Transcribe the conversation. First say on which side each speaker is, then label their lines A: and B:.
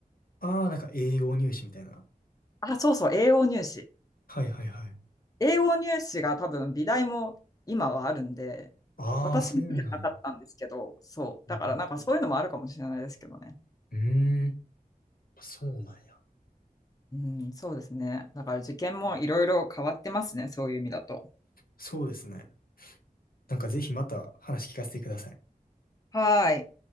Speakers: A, on the left; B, on the left.
A: ああ、なんか栄養入試みたいな。
B: あ、そうそう、栄養入試。
A: はいはいはい。
B: 英語入試が多分美大も今はあるんで、
A: ああ、
B: 私の時はなかったんですけど、
A: そうなんや。
B: そう。
A: うん
B: だからなんかそういうのもあるかもしれないですけどね。
A: うーん、そうなんや。
B: うん、そうですね。だから受験もいろいろ変わってますね、そういう意味だと。
A: そうですね。なんかぜひまた話聞かせてください。
B: はーい。